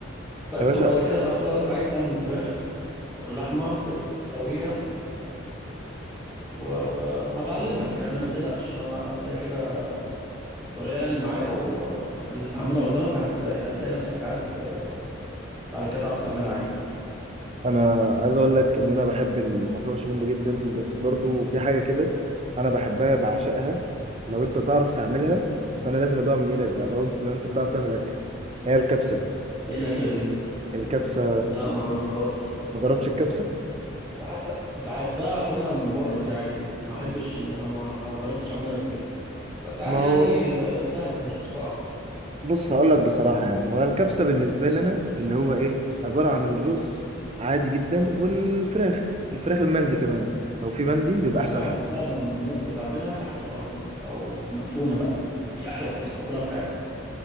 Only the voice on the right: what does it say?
يا باشا
انا عايز اقول لك ان انا بحب المكرونه بشاميل جدا بس برضو في حاجه كده انا بحبها بعشقها لو انت تعرف تعملها فانا لازم ادوها من ايدك بقى لو انت لو انت بتعرف تعمل اكل هي الكبسه
الكبسه
ما جربتش الكبسه
ما هو
بص هقول لك بصراحه يعني هو الكبسه بالنسبه لي انا اللي هو ايه عباره عن الرز عادي جدا والفراخ الفراخ المندي كمان لو في مندي بيبقى
احسن
حاجه